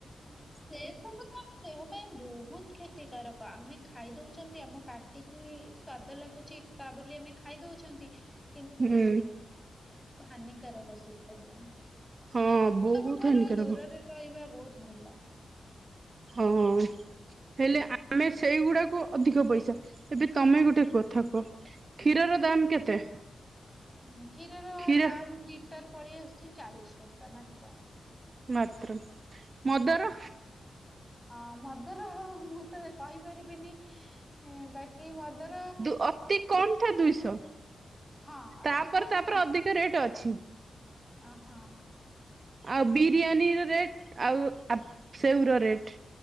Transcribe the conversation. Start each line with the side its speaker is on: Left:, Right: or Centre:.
Centre: ସେ ସବୁ ତ ଆମ ଦେହ ପାଇଁ ବହୁତ କ୍ଷତି କ୍ଷତିକାରକ ଆମେ ଖାଇ ଦଉଛନ୍ତି ଆମ ପାଟିକୁ ସ୍ଵାଦ ଲାଗୁଛି ତା ବୋଲି ଆମେ ଖାଇଦଉଛନ୍ତି। ନ୍ତି।
Right: ହୁଁ।
Centre: ହାନିିକାରକ ସେ ସବୁ
Right: ହଁ
Centre: ସେ
Right: ବହୁତ
Centre: ସବୁ ଠାରୁ
Right: ହାନିକାରକ
Centre: ଦୂରରେ ରହିବା ବହୁତ ହ।
Right: ହଁ ହଁ। ହେଲେ ଆମେ ସେଇଗୁଡାକୁ ଅଧିକ ପଇସା ଏବେ ତମେ ଗୋଟେ କଥା କୁହ କ୍ଷୀରର ଦାମ କେତେ
Centre: ହଁ କ୍ଷୀରର
Right: କ୍ଷୀର
Centre: ଦାାମ ଲିଟର ପଳେଇ ଆସୁଛି ଚାଳିଶ ଟଙ୍କା ମାତ୍ର
Right: ମାତ୍ର ମଦର
Centre: ଅ ମଦର ମୁଁ ତ କହିପାରିବିନି ବାକି ମଦର
Right: ଦୁ ଅତି କମ ଦୁଇଶହ
Centre: ହଁ ଅତି
Right: ତାପରେ
Centre: କମ
Right: ତାପରେ ଅଧିକ ରେଟ ଅଛି।
Centre: ଅହୋ।
Right: ଆଉ ବିରିୟାନୀର ରେଟ୍ ଆଉ ସେଉର ରେଟ୍